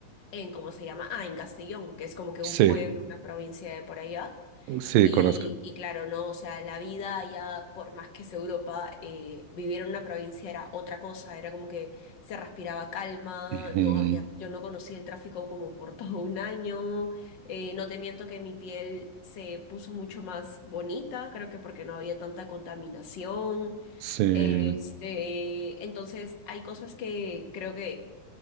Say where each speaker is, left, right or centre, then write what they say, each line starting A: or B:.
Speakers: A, on the left; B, on the right.
A: en, ¿cómo se llama? Ah, en Castellón, que es como que
B: sí,
A: un pueblo, una provincia de por allá.
B: sí,
A: Y,
B: conozco.
A: y claro, no, o sea, la vida allá, por más que es Europa, eh, vivir en una provincia era otra cosa, era como que se respiraba calma,
B: Ujú,
A: no había, yo no conocí el tráfico como por <laughs> todo un año, eh, no te miento que mi piel se puso mucho más bonita, creo que porque no había tanta contaminación,
B: Sí,
A: este, entonces hay cosas que creo que